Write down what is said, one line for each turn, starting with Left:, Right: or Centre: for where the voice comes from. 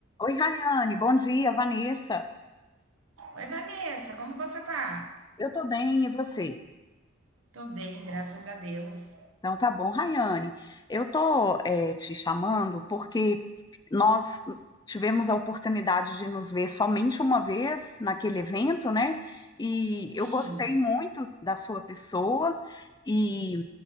Left: Oi, Rayane, bom dia, Vanessa.
Right: Oi, Vanessa, como você tá?
Left: Eu tô bem, e você?
Right: Tô bem, graças a Deus.
Left: Então tá bom, Rayane. Eu tô eh, te chamando porque nós tivemos a oportunidade de nos ver somente uma vez naquele evento, né? E
Right: Sim.
Left: eu gostei muito da sua pessoa. E